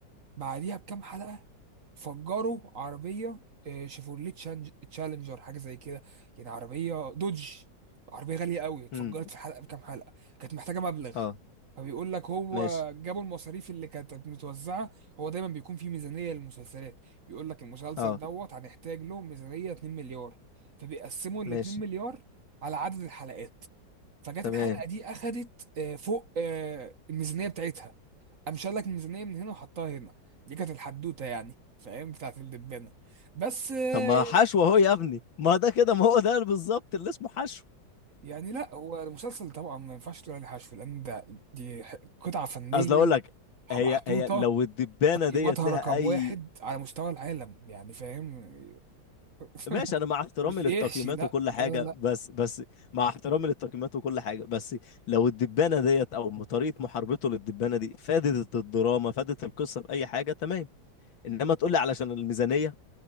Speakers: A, on the right; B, on the left.
A: بعديها بكام حلقة فجروا عربية آه، شيفورليه تشانج- تشالنجر حاجة زي كده يعني عربية دوج عربية غالية قوي اتفجرت
B: امم
A: في حلقة بكام حلقة كانت محتاجة مبلغ
B: اه
A: فبيقول لك هو
B: ماشي
A: جابوا المصاريف اللي كانت متوزعة هو دايما بيكون في ميزانية للمسلسلات بيقول لك المسلسل
B: اه
A: دوت هنحتاج له ميزانية 2 مليار فبيقسموا ال
B: ماشي
A: 2 مليار على عدد الحلقات فجت
B: تمام
A: الحلقة دي أخدت آه، فوق آه، الميزانية بتاعتها قام شال لك ميزانيه من هنا وحطها هنا دي كانت الحدوته يعني فاهم بتاعت الدبانه بس آه،
B: طب ما حشو اهو يا ابني ما ده كده ما هو ده بالظبط اللي اسمه حشو
A: يعني لا هو المسلسل طبعا ما ينفعش تقول عليه حشو لان ده دي ح- قطعه فنيه
B: اصل اقول لك هي
A: محطوطه
B: هي لو الدبانه
A: قيمتها
B: ديت لها
A: رقم
B: اي
A: واحد على مستوى العالم يعني فاهم <laughs>
B: ماشي انا مع احترامي
A: مش بيحشي
B: للتقييمات
A: لا
B: وكل حاجه
A: لا لا لا
B: بس بس مع احترامي للتقييمات وكل حاجه بس لو الدبانه ديت او طريقه محاربته للدبانه دي فادت الدراما فادت القصه في اي حاجه تمام انما تقول لي علشان الميزانيه